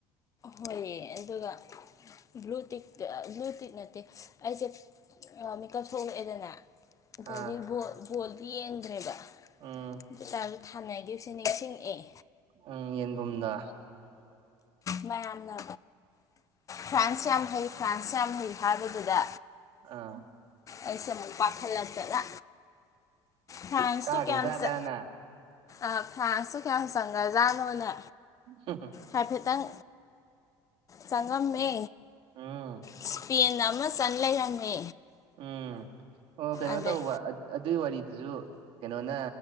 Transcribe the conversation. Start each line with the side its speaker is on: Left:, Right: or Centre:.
Left: ꯍꯣꯏꯌꯦ ꯑꯗꯨꯒ ꯕ꯭ꯂꯨꯇꯤꯇ ꯕ꯭ꯂꯨꯇꯤꯛ ꯅꯠꯇꯦ ꯑꯩꯁꯦ ꯑ‌ ꯃꯤꯀꯞ ꯊꯣꯛꯂꯛꯑꯦꯗꯅ ꯑꯗꯒꯤ
Right: ꯑꯥ
Left: ꯕꯣ ꯕꯣꯜꯗꯤ ꯌꯦꯡꯗ꯭ꯔꯦꯕ
Right: ꯎꯝ
Left: ꯑꯗꯨ ꯑꯣꯏꯇꯥꯔꯁꯨ ꯊꯥꯅꯩꯒꯤꯕꯁꯤꯡ ꯅꯤꯡꯁꯤꯉꯑꯦ
Right: ꯎꯝ ꯌꯦꯟꯕꯨꯝꯗ
Left: ꯃꯌꯥꯝꯅ ꯐ꯭ꯔꯥꯟꯁ ꯌꯥꯝ ꯍꯩ ꯐ꯭ꯔꯥꯟꯁ ꯌꯥꯝ ꯍꯩ ꯍꯥꯏꯕꯗꯨꯗ
Right: ꯑꯥ
Left: ꯑꯩꯁꯦ ꯃꯨꯛ ꯄꯥꯈꯜꯂꯥꯛꯇꯅ ꯐ꯭ꯔꯥꯏꯟꯁ
Right: ꯀꯥꯒ꯭ꯔ
Left: ꯇꯨ ꯀꯌꯥꯝ
Right: ꯖꯥꯠꯂꯥꯅ
Left: ꯆ ꯑ ꯐ꯭ꯔꯥꯟꯁꯨ ꯀꯌꯥꯝ ꯆꯪꯒ꯭ꯔꯖꯥꯠꯅꯣꯅ
Right: ꯎꯝ
Left: ꯍꯥꯏꯐꯦꯠꯇꯪ ꯆꯪꯉꯝꯃꯦ
Right: ꯎꯝ
Left: ꯏꯁꯄꯦꯟꯅ ꯑꯃ ꯆꯟ ꯂꯩꯔꯝꯃꯦ
Right: ꯎꯝ ꯑꯣ ꯀꯩꯅꯣ
Left: ꯑꯗꯩ
Right: ꯇꯧꯕ ꯑꯗꯨꯏ ꯋꯥꯔꯤꯗꯨꯁꯨ ꯀꯩꯅꯣꯅ